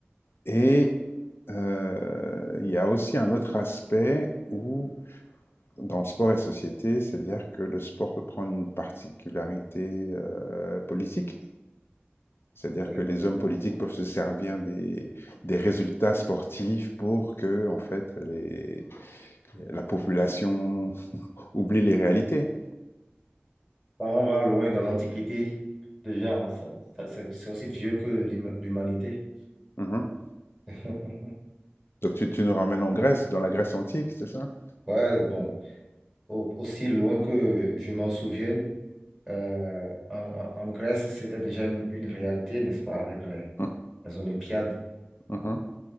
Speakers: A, on the left; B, in the centre.
A: Et euh, il y a aussi un autre aspect où, dans sport et société, c'est-à-dire que le sport peut prendre une particularité euh, politique. C'est-à-dire
B: Absolument.
A: que les hommes politiques peuvent se servir des, des résultats sportifs pour que, en fait, les- la population oublie les réalités.
B: Bah, on va loin dans l'Antiquité, déjà, hein, ça, ça- c'est c'est aussi vieux que l'hum- l'humanité.
A: Mhm.
B: <laughs>
A: Donc tu, tu nous ramènes en Grèce, dans la Grèce antique, c'est ça?
B: Ouais, bon. au- aussi loin que je m'en souvienne, euh, en, en- en Grèce, c'était déjà une, une réalité, n'est-ce pas, avec les,
A: Mm,
B: les Olympiades.
A: mhm,